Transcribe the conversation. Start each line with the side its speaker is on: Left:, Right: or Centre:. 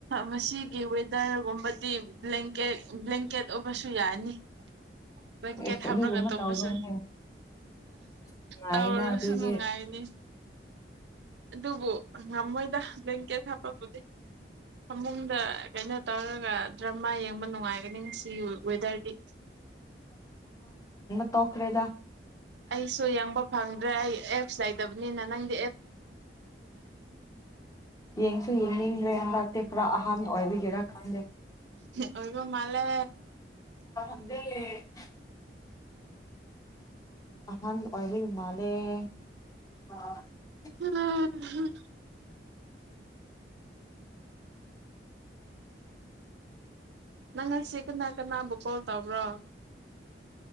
Right: ꯃꯁꯤꯒꯤ ꯋꯦꯗꯔꯒꯨꯝꯕꯗꯤ ꯕ꯭ꯂꯀꯦꯠ ꯕ꯭ꯂꯦꯡꯀꯦꯠ ꯑꯣꯏꯕꯁꯨ ꯌꯥꯅꯤ ꯕ꯭ꯂꯦꯡꯀꯦꯠ
Left: ꯑꯦꯁ
Right: ꯍꯥꯞꯂꯒ
Left: ꯑꯗꯨꯒꯨꯝꯕ
Right: ꯇꯨꯝꯕꯁꯨ
Left: ꯇꯧꯕ꯭ꯔꯅꯦ ꯅꯨꯡꯉꯥꯏꯌꯦꯅ
Right: ꯇꯧꯔꯁꯨ
Left: ꯑꯗꯨꯗꯤ
Right: ꯅꯨꯡꯉꯥꯏꯅꯤ꯫ ꯑꯗꯨꯕꯨ꯫ ꯉꯝꯃꯣꯏꯗ ꯕꯂ꯭ꯌꯦꯀꯦꯠ ꯍꯞ꯫ ꯕꯨꯗꯤ꯫ ꯐꯃꯨꯡꯗ ꯀꯩꯅꯣ ꯇꯧꯔꯒ ꯗ꯭ꯔꯃꯥ ꯌꯦꯡꯕ ꯅꯨꯡꯉꯥꯏꯒꯅꯤ ꯁꯤ ꯋꯦꯗꯔꯗꯤ꯫
Left: ꯇꯣꯈꯔ꯭ꯦꯗ꯫
Right: ꯑꯩꯁꯨ ꯌꯦꯡꯕ ꯐꯪꯗ꯭ꯔꯦ ꯑꯩ ꯑꯦꯞꯁ ꯂꯩꯇꯕ꯫ ꯂꯩꯇꯥꯕꯥꯅꯤꯅꯥ꯫ <unintelligible>
Left: ꯌꯦꯡꯁꯨ ꯌꯦꯡꯅꯤꯡꯗ꯭ꯔꯦ ꯍꯟꯗꯛꯇꯤ ꯈꯔ ꯑꯍꯥꯟꯕ ꯑꯣꯏꯕꯤ꯫ ꯈꯪꯗꯦ꯫
Right: ꯑꯣꯏꯔꯤꯕ ꯃꯥꯜ꯫ ꯂꯦ꯫
Left: ꯑꯗ꯫ <unintelligible> ꯑꯍꯥꯟꯕꯥ ꯑꯣꯏꯕꯩ ꯃꯥꯜꯂꯦ ꯫
Right: ꯎꯝ꯫ ꯅꯪ ꯉꯁꯤ ꯀꯅ꯫ ꯀꯅꯥꯕꯨ ꯀꯣꯜ ꯇꯧꯕ꯭ꯔꯣ꯫